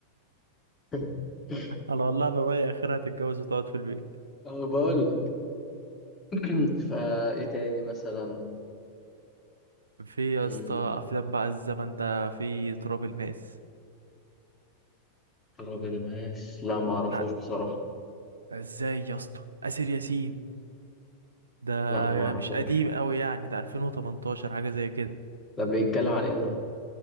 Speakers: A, on the left (about 20°); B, on the right (about 75°).
A: <laughs>
B: انا والله انا رايي اخرها تتجوز وتقعد في البيت
A: أه، بقول لك <clears throat> فايه تاني مثلا
B: في يا
A: مم،
B: اسطى افلام بقى الزمن ده في تراب الماس
A: تراب الماس لا ما اعرفوش
B: لا
A: بصراحة
B: ده ازاي يا اسطى اسر ياسين ده
A: لا ما اعرفوش
B: مش قديم قوي يعني ده 2018 حاجه زي كده
A: ده بيتكلم عن ايه ده